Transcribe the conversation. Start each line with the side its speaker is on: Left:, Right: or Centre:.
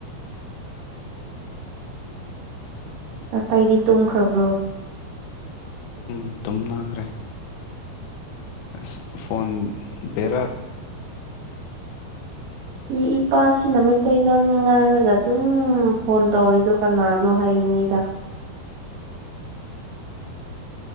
Right: ꯑꯇꯩꯗꯤ ꯇꯨꯝꯈ꯭ꯔꯕꯣ
Left: ꯎꯝ ꯇꯨꯝꯅꯈ꯭ꯔꯦ ꯑꯁ ꯐꯣꯟ ꯕꯦꯔꯥꯛ
Right: ꯏ ꯏꯄꯥꯁꯤꯅ ꯃꯩꯇꯩꯂꯣꯟ ꯉꯥꯡꯔꯒ ꯑꯗꯨꯝ ꯐꯣꯟ ꯇꯧꯔꯤꯗꯣ ꯀꯅꯥꯅꯣ ꯍꯥꯏꯌꯨꯅꯤꯗ